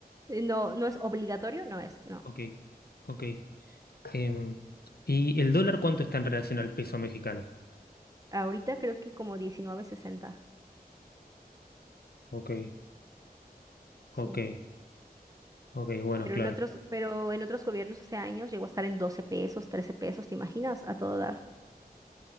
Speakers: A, on the right (about 20°); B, on the left (about 75°).
A: No, no es obligatorio, no es, no.
B: Ok, ok. Em, ¿y el dólar cuánto está en relación al peso mexicano?
A: Ahorita creo que como diecinueve sesenta
B: Ok, ok,
A: sí.
B: ok, bueno,
A: Pero
B: claro.
A: en otros, pero en otros gobiernos hace años llegó a estar en 12 pesos, 13 pesos, ¿te imaginas? A todo dar.